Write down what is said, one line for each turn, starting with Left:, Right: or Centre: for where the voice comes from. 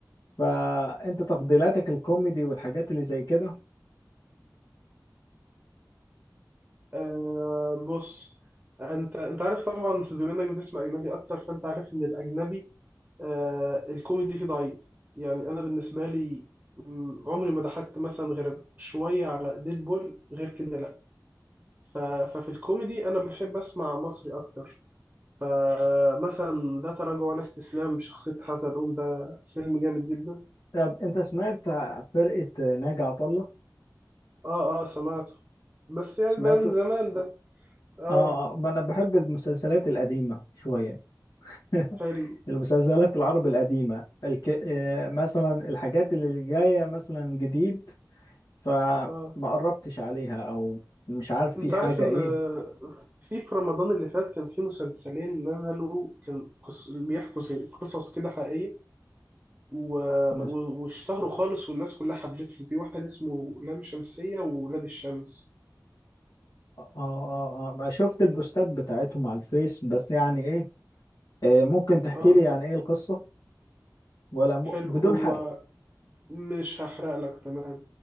Left: فانت تفضيلاتك الكوميدي والحاجات اللي زي كده
Right: آه بص انت انت عارف طبعا بما انك بتسمع اجنبي اكتر فانت عارف ان الاجنبي آه الكوميدي فيه ضعيف يعني انا بالنسبه لي م، عمري ما ضحكت مثلا غير شويه على ديدبول غير كده لا ف- ففي الكوميدي انا بحب اسمع مصري اكتر فمثلا ده تراجع ولا استسلام بشخصيه حسن قوم ده فيلم جامد جدا
Left: طب انت سمعت فرقة ناجي عطا الله
Right: اه اه سمعته بس يعني
Left: سمعته
Right: ده من زمان ده اه
Left: اه آه، ما انا بحب المسلسلات القديمة شوية <laughs>
Right: حلو
Left: المسلسلات العربي القديمة الك... آه، مثلا الحاجات اللي جاية مثلا جديد فما
Right: اه
Left: قربتش عليها او مش عارف في
Right: انت
Left: حاجة
Right: عارف ان
Left: ايه
Right: في في رمضان اللي فات كان في مسلسلين نزلوا كان قص... بيحكوا زي قصص كده حقيقيه و...
Left: مش...
Right: و... واشتهروا خالص والناس كلها حبته في واحد اسمه لام شمسية وولاد الشمس
Left: اه اه اه ما شفت البوستات بتاعتهم على الفيس بس يعني ايه آه، ممكن تحكي
Right: اه
Left: لي يعني ايه القصة ولا م...
Right: حلو
Left: بدون
Right: هو
Left: حرق
Right: مش هحرق لك تمام